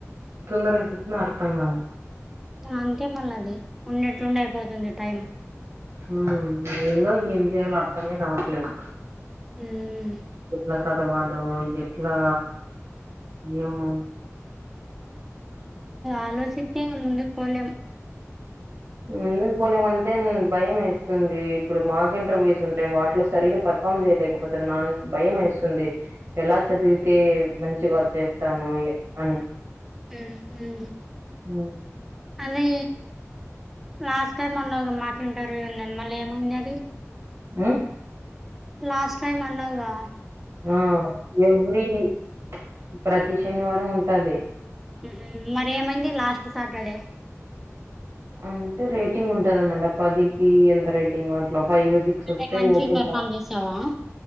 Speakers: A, on the right; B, in the centre.
A: తొందరగా అయిపోతాయి అర్థంకాదు
B: అంతే మళ్ళ అది ఉన్నేట్లుండి అయిపోతుంది టైం
A: మ్ ఎందో ఈఎం చేయాలో అర్థమే కావట్లేదు
B: ఉమ్మ్
A: ఎట్లా చదవాలో ఎట్లా ఏమో
B: ఆలోచిస్తే ముందుకు పోలేం
A: ముందుకు పోలేమంటే భయం వేస్తుంది ఇప్పుడు మాకు ఇంటర్వ్యూస్ ఉంటాయి వాటిలో సరిగా ప ఇన్ఫార్మ్ చేయలేకపోతే నా భయం వేస్తుంది ఎలా చదివితే మంచిగా వచ్చస్తాను ఎ అని
B: మ్ మ్
A: మ్మ్
B: అది లాస్ట్ టైం అన్నవ్ గా మాకు ఇంటర్వ్యూ ఉందనీ, మళ్ళీ ఏమైంది అది.
A: ఉమ్
B: లాస్ట్ టైమ్ అన్నావ్ గా
A: ఆ ఎవ్రీ వీ, ప్రతి శనివారం ఉంటాది.
B: ఉహుమ్ మరి ఏమైంది లాస్ట్ సాటర్డే.
A: అంటే రేటింగ్ ఉంటదన్నమాట, పదికి ఎంత రేటింగ్ అట్లా ఫైవ్, సిక్స్
B: అంటే
A: ఓస్తే
B: మంచి
A: ఓకే ఇంకా
B: పెర్ఫామ్ చేసావా